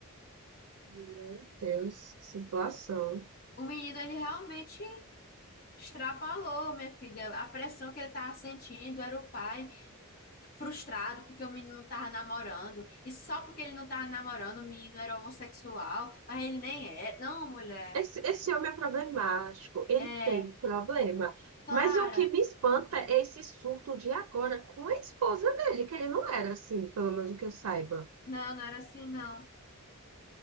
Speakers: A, on the right; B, on the left.
A: Meu Deus, que situação.
B: O menino, ele realmente extrapolou, minha filha. A pressão que ele tava sentindo era o pai frustrado porque o menino não tava namorando. E só porque ele não tava namorando, o menino era homossexual, mas ele nem é. Não, mulher.
A: Esse, esse homem é problemático, ele
B: É,
A: tem problema.
B: Clara.
A: Mas o que me espanta é esse surto de agora com a esposa dele, que ele não era assim, pelo menos o que eu saiba.
B: Não, não era assim, não.